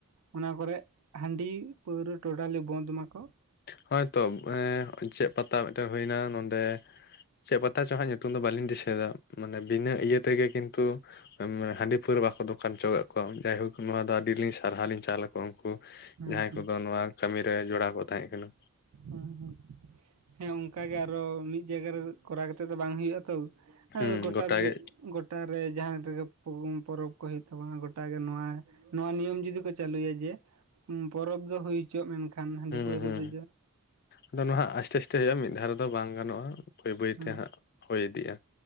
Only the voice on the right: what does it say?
ᱚᱱᱟ ᱠᱚᱨᱮ ᱦᱟᱺᱰᱤ ᱯᱟᱹᱶᱨᱟᱹ ᱴᱳᱴᱟᱞᱤ ᱵᱚᱱᱫ ᱢᱟᱠᱚ᱾
ᱦᱩᱸ
ᱦᱩᱸ
ᱦᱮᱸᱻ ᱦᱮᱸᱻ᱾ ᱦᱮᱸ ᱚᱱᱠᱟ ᱜᱮ ᱟᱨᱚ ᱢᱤᱫ ᱡᱟᱭᱜᱟ ᱨᱮ, ᱠᱚᱨᱟᱣ ᱠᱟᱛᱮ ᱫᱚ ᱵᱟᱝ ᱦᱩᱭᱩᱜ-ᱟ ᱛᱚ᱾
ᱟᱨ ᱜᱚᱴᱟ ᱜᱤ
ᱜᱚᱴᱟᱨᱮ ᱡᱟᱦᱟᱸ ᱨᱮᱜᱮ, ᱯᱚᱨᱚᱵᱽ ᱠᱚ ᱦᱩᱭᱩᱜ ᱛᱟᱵᱚᱱᱟ ᱜᱚᱴᱟ ᱜᱮ ᱱᱚᱣᱟ ᱱᱚᱣᱟ ᱱᱤᱭᱚᱢ ᱡᱩᱫᱤ ᱠᱚ ᱪᱟᱹᱞᱩᱭᱟ ᱡᱮ, ᱯᱚᱨᱚᱵᱽ ᱫᱚ ᱦᱩᱭ ᱦᱚᱪᱚᱢᱮ, ᱢᱮᱱᱠᱷᱟᱱ ᱦᱟᱺᱰᱤ
ᱯᱟᱹᱣᱨᱟᱹ
ᱨᱮᱫᱚ
ᱦᱩᱸ